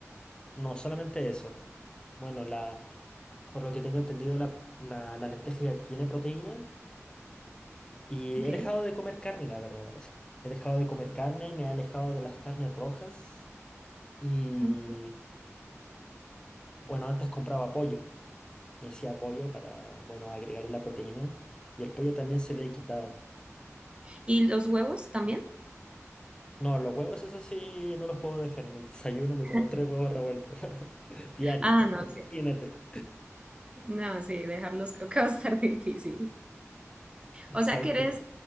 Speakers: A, on the left; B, on the right.
A: No, solamente eso. Bueno, la, por lo que tengo entendido, la, la, la lenteja ya tiene proteína y
B: Ok,
A: he dejado de comer carne, la verdad, Vanessa. He dejado de comer carne, me he alejado de las carnes rojas y,
B: ok.
A: bueno, antes compraba pollo. Me hacía pollo para, bueno, agregarle la proteína y el pollo también se le he quitado.
B: ¿Y los huevos también?
A: No, los huevos, eso sí, no los puedo dejar. En el desayuno me como
B: <laughs>
A: tres huevos revueltos <laughs> diarios.
B: Ah, no,
A: Imagínate.
B: sí, no, sí, dejarlos creo que va a estar <laughs> difícil.
A: Exacto.
B: O sea, que eres,